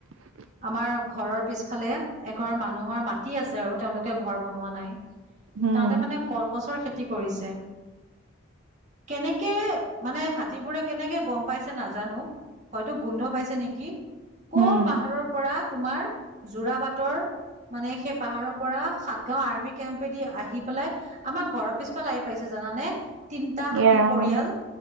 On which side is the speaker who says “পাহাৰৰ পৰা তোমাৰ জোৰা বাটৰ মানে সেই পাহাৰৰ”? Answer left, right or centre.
Right